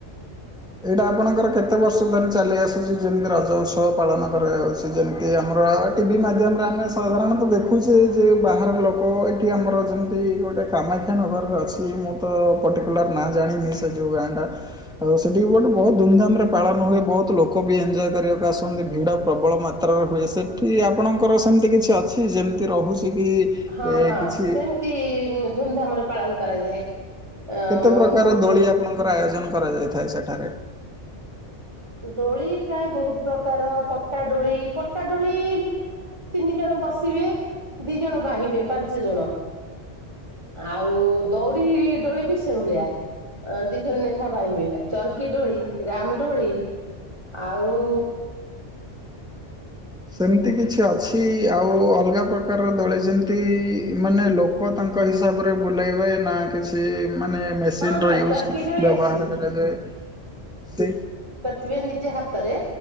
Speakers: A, in the centre; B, on the right.
A: ଏଇଟା ଆପଣଙ୍କର କେତେ ବର୍ଷ ଧରି ଚାଲି ଆସୁଛି ଯେମିତି ରଜ ଉତ୍ସବ ପାଳନ କରାଯାଉଛି। ଯେମିତି ଆମର ଟିଭି ମାଧ୍ୟମରେ ଆମେ ସାଧାରଣତଃ ଦେଖୁଛେ ଯେ ବାହାର ଲୋକ ଆମର ଯେମିତି ଗୋଟେ କାମାକ୍ଷାନଗରରେ ଅଛି ମୁଁ ତ ପର୍ଟିକୁଲାର ନା ଜାଣିନି ସେ ଯୋଉ ଗାଁ ଟା। ସେଠି ଗୋଟେ ବହୁତ ଧୁମଧାମରେ ପାଳନ ହୁଏ ବହୁତ ଲୋକ ବି ଏଞ୍ଜୟ କରିବାକୁ ଆସନ୍ତି ଭିଡ଼ ପ୍ରବଳ ମାତ୍ରାରେ ହୁଏ ସେ ଠି ଆପଣଙ୍କର ସେମିତି କିଛି ଅଛି ଯେମିତି ରହୁଛି କି
B: ହଁ
A: ଏ
B: ହଁ
A: କିଛି
B: ସେମିତି ଧୁମଧାମରେ ପାଳନ କରାଯାଏ। ଆ
A: କେତେ ପ୍ରକାର
B: ବହୁତ।
A: ଦୋଳି ଆପଣଙ୍କର ଆୟୋଜନ କରାଯାଇଥାଏ ସେଠାରେ।
B: ଡୋଳି ପ୍ରାୟ ବହୁତ ପ୍ରକାର ପଟା ଡୋଳି ପଟା ଡୋଳି ମିନିମମ ତିନି ଜଣ ବସିବେ ଦି ଜଣ ବାହିବେ ପାଞ୍ଚ ଜଣ। ଆଉ ଦଉଡି ଡୋଳିିବି ସେଭଳିଆ। ଅ ଦି ଜଣ ଲେଖା ବାହିବେ ଚରକି ଡୋଳି ରାମଡୋଳି ଆଉ
A: ସେମିତି କିଛି ଅଛି ଆଉ ଅଲଗା ପ୍ରକାରର ଦୋଳି ଯେମିତି ମାନେ ଲୋକ ତାଙ୍କ ହିସାବରେ ବୁଲେଇବେ ନା କିଛି। ମାନେ ମେସିନ
B: ହଁ ହଁ
A: ର ୟୁଜ
B: ଚର୍କି ଡୋଳି
A: ବ୍ୟବହାର
B: ଅଛି
A: କରାଯାଏ ସେ
B: ଥିବେ ନିଜେ ହାତରେ